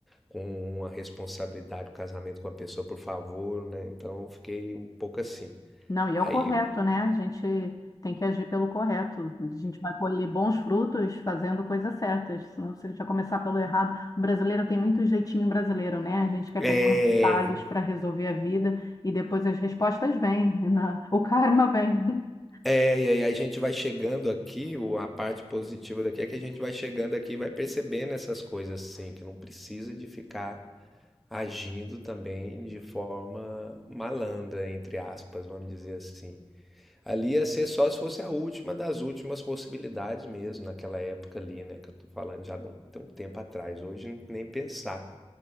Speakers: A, in the centre; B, on the left (about 35°).
A: com uma responsabilidade do casamento com a pessoa, por favor, né? Então eu fiquei um pouco assim.
B: Não, e é
A: Aí,
B: o correto, né? A gente tem que agir pelo correto. A gente vai colher bons frutos fazendo coisas certas. Senão, se a gente já começar pelo errado, o brasileiro tem muito jeitinho brasileiro, né? A gente quer
A: é,
B: pegar os detalhes para resolver a vida e depois as respostas vêm, né? O karma vem. <laughs>
A: é, e aí a gente vai chegando aqui, o- a parte positiva daqui é que a gente vai chegando aqui e vai percebendo essas coisas assim, que não precisa de ficar agindo também de forma malandra, entre aspas, vamos dizer assim. Ali ia ser só se fosse a última das últimas possibilidades mesmo, naquela época ali, né, que eu tô falando já de um, de um tempo atrás. Hoje nem pensar.